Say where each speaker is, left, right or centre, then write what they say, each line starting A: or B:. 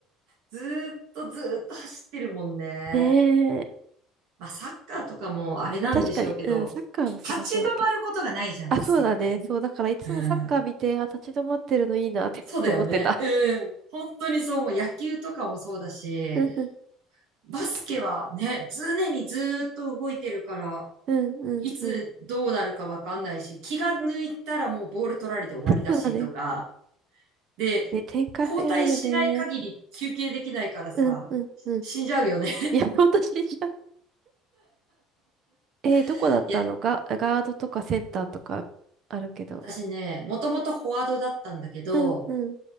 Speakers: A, on the right; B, on the right.
A: ずーっとずーっと走ってるもんね。
B: <laughs> ねえ。
A: まあ、サッカーとかもあれなんでしょうけど、
B: まあ、確かに、うん、サッカーもすごそうだけど。
A: 立ち止まることがないじゃん、
B: あ、
A: バスケって。
B: そうだね。そう、だからいつもサッカー見て、
A: うん。
B: あ、立ち止まってるのいいなってちょっと思ってた。
A: そうだよね。うん。本当にそう、もう野球とかもそうだし、
B: うんうん、
A: バスケはね、常にずーっと動いてるから、
B: うん、うん、
A: いつどうなるかわかんないし、
B: うん。
A: 気が抜いたらもうボール取られて終わりだしとか、
B: そうだね。
A: で、
B: ね、展開早いよね。
A: 交代しない限り休憩できないからさ、
B: うん、うん、うん。
A: 死んじゃうよね
B: いや、<laughs> 私じゃん、えーどこだったのが、
A: <laughs> いや、
B: ガガードとかセンターとかあるけど。
A: 私ね、もともとフォワードだったんだけど、
B: うん、うん。